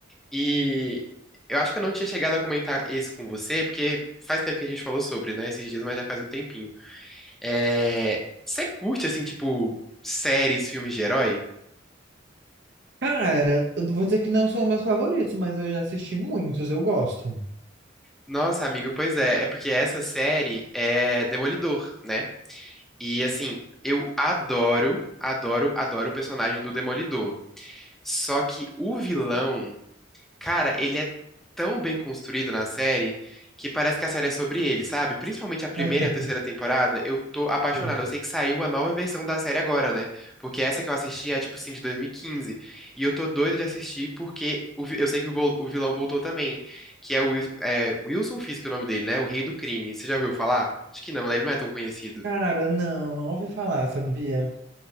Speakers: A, in the centre; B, on the right (about 60°).
A: E eu acho que eu não tinha chegado a comentar esse com você, porque faz tempo que a gente falou sobre, né? Esses dias, mas já faz um tempinho. É, Você curte, assim, tipo, séries, filmes de herói?
B: Cara, eu vou dizer que não são meus favoritos, mas eu já assisti muitos, eu gosto.
A: Nossa, amigo, pois é. É porque essa série é Demolidor, né? E, assim, eu adoro, adoro, adoro o personagem do Demolidor. Só que o vilão Cara, ele é tão bem construído na série que parece que a série é sobre ele, sabe? Principalmente a primeira
B: <laughs>
A: e a terceira temporada, eu tô apaixonado.
B: Sim.
A: Eu sei que saiu a nova versão da série agora, né? Porque essa que eu assisti é, tipo assim, de 2015. E quinze. E eu tô doido de assistir porque o vi- eu sei que o, vo- o vilão voltou também, que é o Wil- é, Wilson Fisk, é o nome dele, né? O Rei do Crime. Você já ouviu falar? Acho que não, né? Ele não é tão conhecido.
B: Cara, não, não ouvi falar, sabia?